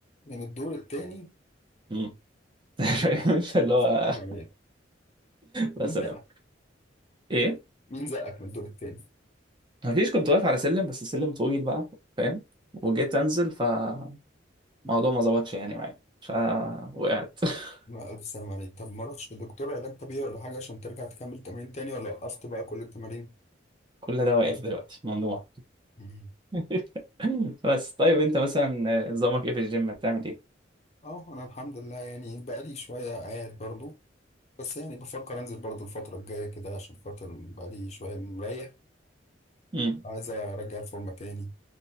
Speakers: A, on the left (about 35°); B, on the right (about 25°).
A: من الدور التاني
B: مم. <laughs> فاهم انت اللي
A: ألف
B: هو
A: سلامة عليك
B: لا
A: مين
B: سلام
A: بقى؟
B: ايه
A: مين زقك من الدور التاني؟
B: ما فيش كنت واقف على سلم بس السلم طويل بقى فاهم وجيت انزل فالموضوع ما ظبطش يعني معايا فوقعت <laughs>
A: لا، ألف سلامة عليك طب ما رحتش لدكتور علاج طبيعي ولا حاجة عشان ترجع تكمل تمرين تاني ولا وقفت بقى كل التمارين؟
B: كل ده واقف دلوقتي ممنوع
A: مم.
B: <laughs> بس طيب انت مثلا آه، نظامك ايه في الجيم بتعمل ايه
A: اه انا الحمد لله يعني بقالي شوية قاعد برضو بس يعني بفكر انزل برضو الفترة الجاية كده عشان خاطر بقالي شوية مريح
B: مم.
A: عايز ارجع الفورمة تاني